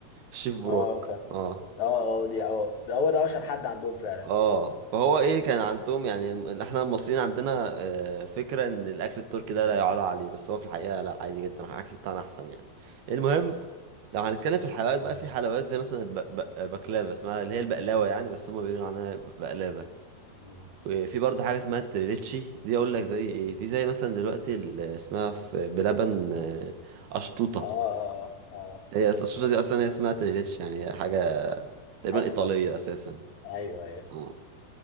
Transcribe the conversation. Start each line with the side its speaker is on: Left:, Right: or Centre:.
Right: الشيف براك
Left: اه اه
Right: اه
Left: اه دي اه ده هو ده اشهر حد عندهم فعلا
Right: اه فهو ايه كان عندهم يعني الم- احنا المصريين عندنا آه، فكره ان الاكل التركي ده لا يعلى عليه بس هو في الحقيقه لا عادي جدا الاكل بتاعنا احسن يعني المهم لو هنتكلم في الحلويات
Left: مهم.
Right: بقى في حلويات زي مثلا البقلاوة اسمها اللي هي البقلاوة يعني بس هما بيقولوا عنها بقلاوة
Left: مم.
Right: وفي برضه حاجة اسمها التريليتشي دي أقول لك زي إيه دي زي مثلا دلوقتي اللي اسمها في بلبن آه، أشطوطة
Left: اه اه اه
Right: هي أص- الأشطوطة
Left: آه.
Right: دي أصلا هي اسمها تريليتشي يعني هي حاجة تقريبا
Left: اصلا
Right: إيطالية أساسا
Left: ايوه ايوه
Right: اه